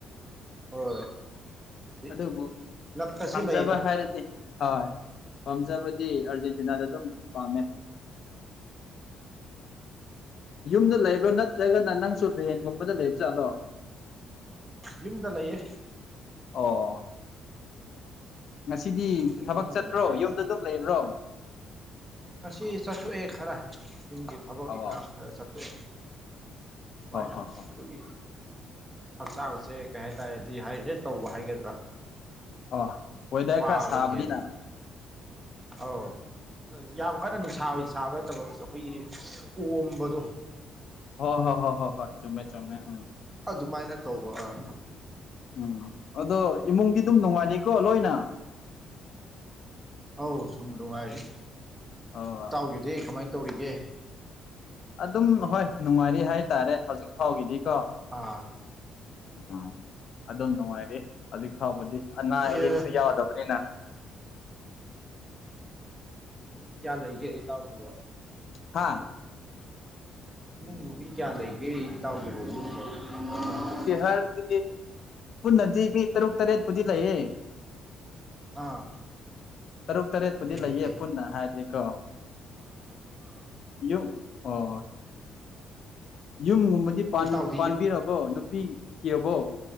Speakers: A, on the right; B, on the left.
A: ꯍꯣꯏ ꯑꯗꯨꯗꯤ
B: ꯑꯗꯨꯕꯨ
A: ꯂꯛꯇꯁꯨ
B: ꯄꯥꯝꯖꯕ
A: ꯂꯩꯗ
B: ꯍꯥꯏꯔꯗꯤ ꯍꯣꯏ ꯄꯥꯝꯖꯕꯗꯤ ꯑꯥꯔꯖꯦꯟꯇꯤꯅꯥꯗ ꯑꯗꯨꯝ ꯄꯥꯝꯃꯦ ꯌꯨꯝꯗ ꯂꯩꯕ꯭ꯔꯥ ꯅꯠꯇ꯭ꯔꯒꯅ ꯅꯪꯁꯨ ꯔ‌ꯦꯟꯒꯨꯝꯕꯗ ꯂꯩꯕ ꯖꯥꯠꯂꯣ
A: ꯌꯨꯝꯗ ꯂꯩꯌꯦ
B: ꯑꯣ ꯉꯁꯤꯗꯤ
A: ꯌꯨꯝꯗ
B: ꯊꯕꯛ
A: ꯌꯨꯝꯗ
B: ꯆꯠꯄꯔꯣ
A: ꯑꯣꯏꯅ ꯂꯩ
B: ꯌꯨꯝꯗ ꯑꯗꯨꯝ ꯂꯩꯕ꯭ꯔꯣ
A: ꯉꯁꯤ ꯆꯠꯊꯣꯛꯑꯦ ꯈꯔ ꯌꯨꯝꯒꯤ ꯊꯕꯛ
B: ꯑꯣ
A: ꯏꯪꯈꯥꯡ ꯈꯔ ꯆꯠꯊꯣꯛꯑꯦ ꯑꯗꯨꯃꯥꯏꯅ
B: ꯍꯣ ꯍꯣ
A: ꯑꯁ
B: ꯍꯣ
A: ꯑꯗꯨꯒꯤ ꯍꯛꯆꯥꯡꯁꯦ ꯀꯩ ꯍꯥꯏꯇꯥꯔꯦ ꯗꯤꯍꯥꯏꯗ꯭ꯔꯦꯠ ꯇꯧꯕ ꯍꯥꯏꯒꯗ꯭ꯔꯥ
B: ꯑꯣ ꯋꯦꯗꯔ
A: ꯋꯥꯕ
B: ꯈꯔ ꯁꯥꯕꯅꯤꯅ
A: ꯍꯦꯟꯕꯗꯣ ꯑꯧ ꯌꯥꯝ ꯀꯟꯅ ꯅꯨꯡꯁꯥ ꯁꯥꯕ ꯅꯠꯇꯕ ꯑꯁ ꯑꯩꯈꯣꯏꯒꯤ ꯑꯣꯝꯕꯗꯣ
B: ꯍꯣ ꯍꯣ ꯍꯣ ꯍꯣ ꯍꯣ ꯆꯨꯝꯃꯦ ꯆꯨꯝꯃꯦ ꯎꯝ
A: ꯑꯗꯨꯃꯥꯏꯅ ꯇꯧꯕ ꯑꯥ
B: ꯎꯝ ꯑꯗꯣ ꯏꯃꯨꯡꯗꯤ ꯑꯗꯨꯝ ꯅꯨꯡꯉꯥꯏꯔꯤꯀꯣ ꯂꯣꯏꯅ
A: ꯑꯧ ꯁꯨꯝ ꯅꯨꯡꯉꯥꯏꯔꯤ
B: ꯑꯣ
A: ꯏꯇꯥꯎꯒꯤꯗꯤ ꯀꯃꯥꯏꯅ ꯇꯧꯔꯤꯒꯦ
B: ꯑꯗꯨꯝ ꯍꯣꯏ ꯅꯨꯡꯉꯥꯏꯔꯤ ꯍꯥꯏꯇꯥꯔꯦ ꯍꯧꯖꯤꯛ ꯐꯥꯎꯒꯤꯗꯤꯀꯣ
A: ꯑꯥ ꯍꯣꯏ
B: ꯎꯝ ꯑꯗꯨꯝ ꯅꯨꯡꯉꯥꯏꯔꯤ ꯍꯧꯖꯤꯛ ꯐꯥꯎꯕꯗꯤ ꯑꯅꯥ ꯑꯌꯦꯛꯁꯨ
A: ꯑꯦ
B: ꯌꯥꯎꯗꯕꯅꯤꯅ
A: ꯏꯃꯨꯡꯒꯤ ꯃꯤ ꯀꯌꯥ ꯂꯩꯒꯦ ꯏꯇꯥꯎꯒꯤꯕꯣ
B: ꯍꯥꯥ
A: ꯏꯃꯨꯡꯕꯨ ꯃꯤ ꯀꯌꯥ ꯂꯩꯒꯦ ꯏꯇꯥꯎꯒꯤꯕꯣ <unintelligible>
B: ꯍꯥꯏꯕꯗꯤ ꯄꯨꯟꯅꯗꯤ ꯃꯤ ꯇꯔꯨꯛ ꯇꯔꯦꯠꯄꯨꯗꯤ ꯂꯩꯌꯦ
A: ꯑꯥ
B: ꯇꯔꯨꯛ ꯇꯔꯦꯠꯄꯨꯗꯤ
A: ꯐꯩꯌꯦ
B: ꯂꯩꯌꯦ
A: ꯐꯩ
B: ꯄꯨꯟꯅ ꯍꯥꯏꯔꯗꯤꯀꯣ
A: ꯑꯥ ꯑꯥ
B: ꯌꯨꯝ ꯑꯣ ꯌꯨꯝꯒꯨꯝꯕꯗꯤ ꯄꯥꯟ
A: ꯏꯇꯥꯎꯗꯤ
B: ꯄꯥꯟꯕꯤꯔꯕꯣ
A: ꯌꯨꯝ
B: ꯅꯨꯄꯤ ꯊꯤꯔꯕꯣ